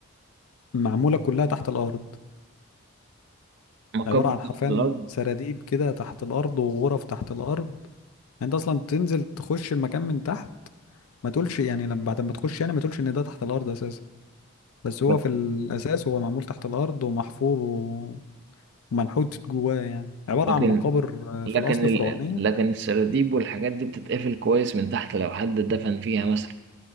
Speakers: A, on the left; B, on the right.
A: معمولة كلها تحت الأرض
B: مقابر
A: عبارة عن حرفيا
B: تحت الأرض
A: سراديب كده تحت الأرض وغرف تحت الأرض يعني أنت أصلا تنزل تخش المكان من تحت ما تقولش يعني لما بعد ما تخش يعني ما تقولش ان ده تحت الارض اساسا بس هو
B: بس
A: في الاساس هو معمول تحت الارض ومحفور و- ومنحوت جواه يعني عباره
B: لكن
A: عن مقابر آه،
B: لكن
A: في الاصل
B: ال...
A: فرعونيه
B: لكن السراديب والحاجات دي بتتقفل كويس من تحت لو حد دفن فيها مثلا